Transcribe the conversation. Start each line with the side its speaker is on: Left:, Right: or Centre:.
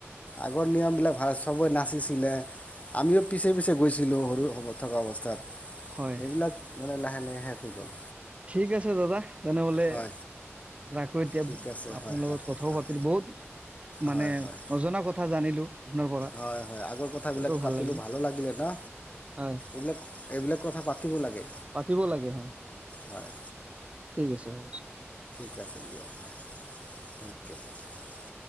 Left: আগৰ নিয়মবিলাক ভাল চব না আছিলে আমিও পিছে- পিছে গৈছিলো সৰু থকা অৱস্থাত।
Right: হয়
Left: এইবিলাক মানে লাহে লাহে শেষ হৈ গ'ল।
Right: ঠিক আছে দাদা তেনেহলে।
Left: হয়
Right: ৰাখো এতিয়া
Left: ঠিক আছে
Right: আপোনাৰ
Left: হয়
Right: লগত
Left: ৰাখক
Right: কথাও
Left: হয়
Right: পাতিলো বহুত। মানে
Left: হয় হয়
Right: নজনা কথা জানিলো। আপোনাৰ পৰা
Left: হয় হয় আগৰ কথাবিলাক
Right: বহুতো
Left: পাতিলো
Right: ভাল লাগিল
Left: ভালো লাগিলে ন
Right: হয়
Left: এইবিলাক, এইবিলাক কথা পাতিব লাগে।
Right: পাতিব লাগে হয়।
Left: হয়
Right: ঠিক আছে হ'ব।
Left: <inaudible>